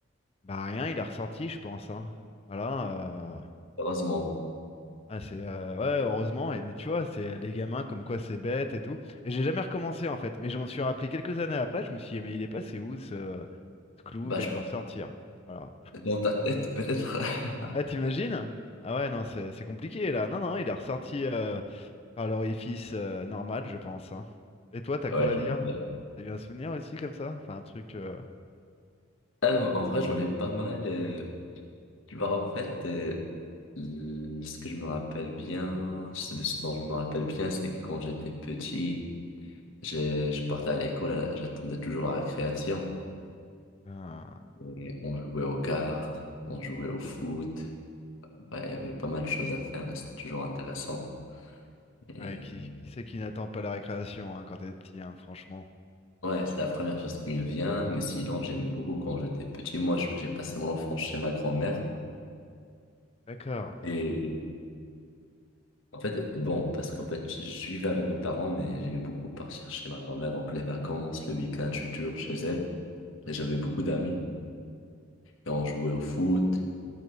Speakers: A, on the left; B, on the left.
A: Bah rien, il est ressorti, je pense, hein. Voilà. euh,
B: Heureusement.
A: Ah, c'est euh, ouais, heureusement, et, mais tu vois, c'est les gamins comme quoi c'est bête et tout. Et j'ai jamais recommencé en fait, mais je m'en suis rappelé quelques années après. Je me suis dit, mais il est passé où ce, ce clou?
B: Bah,
A: Il a
B: je
A: dû
B: pense,
A: ressortir. Voilà.
B: dans ta tête, peut-être. <laughs>
A: Ah, t'imagines? Ah ouais, non, c'est c'est compliqué là. Non, non, il est ressorti euh, par l'orifice euh, normal, je pense. hein. Et toi, t'as
B: Ouais,
A: quoi à
B: je
A: dire?
B: vois bien.
A: T'as eu un souvenir aussi comme ça? Enfin, un truc. euh,
B: Euh, en vrai, j'en ai pas mal. euh, Tu vois, en fait, euh, l- ce que je me rappelle bien, ce de ce dont je me rappelle bien, c'est que quand j'étais petit, j'ai- je partais à l'école, à la- j'attendais toujours la récréation.
A: un-
B: Et on jouait aux cartes, on jouait au foot. Bah, il y avait pas mal de choses à faire et c'était toujours intéressant. Et
A: Ouais, qui, qui c'est qui n'attend pas la récréation hein, quand t'es petit, hein, franchement.
B: ouais, c'est la première chose qui me vient, mais sinon, j'aimais beaucoup quand j'étais petit. Moi, je- j'ai passé mon enfance chez ma grand-mère.
A: D'accord.
B: Et en fait, bon, parce qu'en fait, je je vivais avec mes parents, mais j'aimais beaucoup partir chez ma grand-mère. Donc, les vacances, le week-end, je suis toujours chez elle. Et j'avais beaucoup d'amis. Et on jouait au foot,